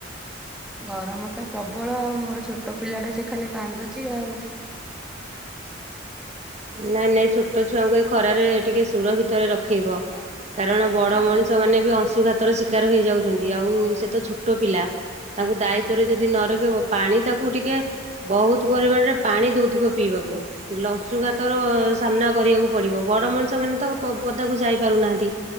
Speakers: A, in the centre; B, on the right.
A: ଗରମ ତ ପ୍ରବଳ ଆଉ ମୋର ଛୋଟ ପିଲା ଟା ସେ ଖାଲି କାନ୍ଦୁଛି ଆଉ।
B: ନାଇଁ ନାଇଁ ଛୋଟ ଛୁଆଙ୍କୁ ଏ ଖରାରେ ଟିକେ ସୁରକ୍ଷିତରେ ରଖେଇବ କାରଣ ବଡ
A: କାନ୍
B: ମଣିଷ ମାନେ ବି ଅଂଶୁଘାତର ଶିକାର ହେଇଯାଉଛନ୍ତି ଆଉ ସେ ତ ଛୋଟ ପିଲା। ତାଙ୍କୁ ଦାୟିତ୍ଵରେ ଯେଦି ନ ରଖିବ ପାଣି ତାକୁ ଟିକେ ବହୁତ ପରିମାଣରେ ପାଣି ଦଉଥିବ ପିଇବାକୁ ଲ ଅଂଶୁଘାତ ଘାତର ସାମ୍ନା କରିବାକୁ ପଡିବ ବଡ଼ ମଣିଷ ମାନେ ତ ପ ପଦାକୁ ଯାଇ ପାରୁନାହାନ୍ତି।